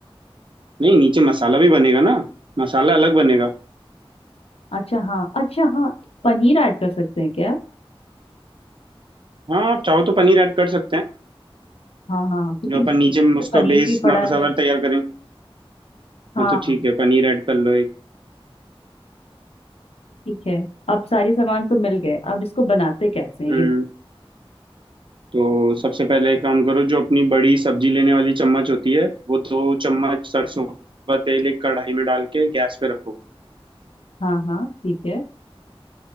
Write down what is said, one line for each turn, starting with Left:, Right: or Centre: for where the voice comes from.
Right: नहीं नीचे मसाला भी बनेगा ना मसाला अलग बनेगा
Left: अच्छा हाँ अच्छा हाँ पनीर ऐड कर सकते हैं क्या
Right: हाँ आप चाहो तो पनीर ऐड कर सकते हैं
Left: हाँ हाँ क्योंकि
Right: जो
Left: में
Right: अपन नीचे में उसका
Left: पनीर
Right: बेस
Left: भी पड़ा
Right: मसाला
Left: है
Right: तैयार करें
Left: हाँ
Right: हाँ तो ठीक है पनीर ऐड कर लो एक
Left: ठीक है अब सारी सामान तो मिल गए अब इसको बनाते कैसे हैं
Right: हम्म
Left: ये
Right: तो सबसे पहले एक काम करो जो अपनी बड़ी सब्जी लेने वाली चम्मच होती है वो दो चम्मच सरसों का तेल एक कढ़ाई में डाल के गैस पे रखो
Left: हाँ हाँ ठीक है